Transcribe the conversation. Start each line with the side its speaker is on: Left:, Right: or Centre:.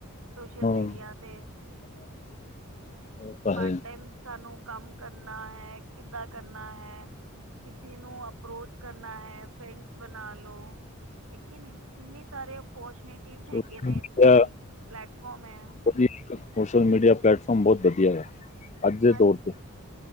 Right: ਸੋਸ਼ਲ
Left: ਹਾਂ
Right: ਮੀਡੀਆ ਤੇ।
Left: <unintelligible> ਉਹ ਤਾਂ
Right: ਪਾਰਟ
Left: ਹੈ
Right: ਟਾਈਮ ਸਾਨੂੰ ਕੰਮ ਕਰਨਾ ਹੈ, ਕਿੱਦਾਂ ਕਰਨਾ ਹੈ? ਕਿਸੇ ਨੂੰ ਅਪਰੋਚ ਕਰਨਾ ਹੈ, ਫਰੈਂਡਸ ਬਣਾ ਲੋੋ। ਹੈ ਕਿ ਨਹੀਂ, ਕਿੰਨੇ ਸਾਰੇ ਓਪੋਰਚੁਨਿਟੀਜ਼ ਹੈਗੇ
Left: ਸੋਸ਼ਲ
Right: ਨੇ
Left: ਮੀਡੀਆ
Right: ਇੱਥੇ ਵੀ, ਪਲੈਟਫੋਮ ਹੈ।
Left: ਵਧੀਆ, ਸੋਸ਼ਲ ਮੀਡੀਆ ਪਲੇਟਫਾਰਮ ਬਹੁਤ ਵਧੀਆ ਹੈਗਾ, ਅੱਜ ਦੇ
Right: ਹਾਂਜੀ
Left: ਦੌਰ ਤੇ।